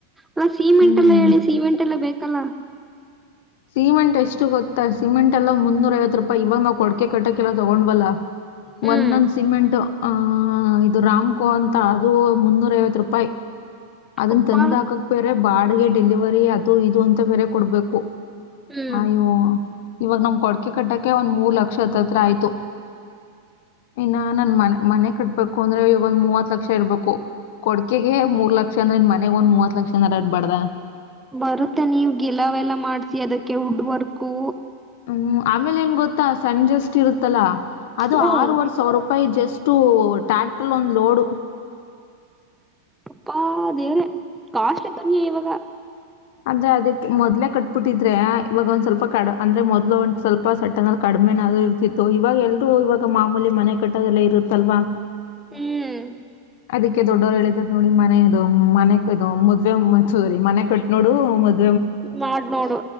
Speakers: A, in the centre; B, on the left.
A: ನ ಸೀಮೆಂಟ್
B: ಹ್ಞೂ
A: ಎಲ್ಲ ಹೇಳಿ ಸೀಮೆಂಟ್. ಟೆಲ್ಲಾ ಬೇಕಲ್ಲ.
B: ಸಿಮೆಂಟ್ ಎಷ್ಟು ಗೊತ್ತಾ ಸಿಮೆಂಟ್ ಎಲ್ಲ ಮುನ್ನೂರ ಐವತ್ತು ರೂಪಾಯಿ ಇವಾಗ ನಾವ್ ಕೊಡ್ಕೆ ಕಟ್ಟಕ್ಕೆೆಲ್ಲ ತೊಗೊಂಡ್ಬಲ್ಲಾ.
A: ಹ್ಮ್
B: ಒಂದೊಂದ ಸಿಮೆಂಟ್ ಆ ಇದು ರಾಮ್ಕೋ ಅಂತ ಅದು ಮುನ್ನೂರ ಐವತ್ ರೂಪಾಯಿ ಅದನ್ನ
A: ಅಪ್ಪಾ
B: ತಂದ ಹಾಕಕ್ ಬೇರ ಬಾಡ್ಗೆ ಡೆಲಿವರಿ ಅದು ಇದು ಅಂತ ಬೇರೆ ಕೊಡ್ಬೇಕು
A: ಹ್ಮ್
B: ಅಯೋ ಇವಾಗ ನಮ್ ಕೊಡ್ಕೆ ಕಟ್ಟಕ್ಕೆ ಒಂದ್ ಮೂರ್ ಲಕ್ಷ ಹತ್ತತ್ರ ಆಯ್ತು ಇನ್ನ ನನ್ ಮನೆ ಮನೆ ಕಟ್ಬೇಕು ಅಂದ್ರೆ ಈಗೊಂದ್ ಮೂವತ್ ಲಕ್ಷ ಇರ್ಬೇಕು ಕೊಡ್ಕೆಗೆ ಮೂರ್ ಲಕ್ಷ ಂದ್ರನ್ ಮನೆಗ್ ಒಂದ್ ಮೂವತ್ ಲಕ್ಷನರ ಇಡ್ಬಾರ್ದ
A: ಬರುತ್ತೆ ನೀವು ಗಿಲಾವೆಲ್ಲ ಮಾಡ್ಸಿ ಅದಕ್ಕೆ ವುಡ್ ವರ್ಕು
B: ಹ್ಮ್ ಆಮೇಲೆ ಏನ್ ಗೊ ಸಜಸ್ಟ್ ಇರುತ್ತಲ್ಲಾ ಅದು
A: ಹ್ಮ್
B: ಆರವರೆ ಸಾವಿರ ರೂಪಾಯಿ ಜಸ್ ಎಷ್ಟು ಟ್ಯಾಕ್ಟರ್ ಒಂದು ಲೋಡು
A: ಅಪ್ಪಾ ದೇವರೆ ಕಾಸ್ಟ್ಲಿ ದುನಿಯಾ ಇವಾಗ
B: ಅಂದ್ರೆ ಅದಕ್ಕೆ ಮೊದ್ಲೆೇ ಕಟ್ಬಿಟ್ಟಿದ್ರೆ ಇವಾಗ ಒಂದ್ ಸ್ವಲ್ಪ ಕಾ ಅಂದ್ರೆ ಮೊದ್ಲು ಒಂಟ ಸ್ವಲ್ಪ <unintelligible> ಕಡಿಮೆನಾದು ಇದು ಆತಿತ್ತು ಇವಾಗ ಎಲ್ರುೂ ಇವಾಗ ಮಾಮೂಲಿ ಮನೆ ಕಟ್ಟದೆಲ್ಲ ಇರುತ್ತಲ್ವಾ
A: ಹ್ಮ್
B: ಅದಕ್ಕೆ ದೊಡ್ಡವ್ರು ಹೇಳಿದಾರ ನೋಡಿ ಮನೆ ಮನೆ ಇದು ಮದ್ೆ ಮ ಸೂರಿ ಮನೆ ಕಟ್ ನೋಡು ಮದ್
A: ಮಾಡ್ ನೋಡು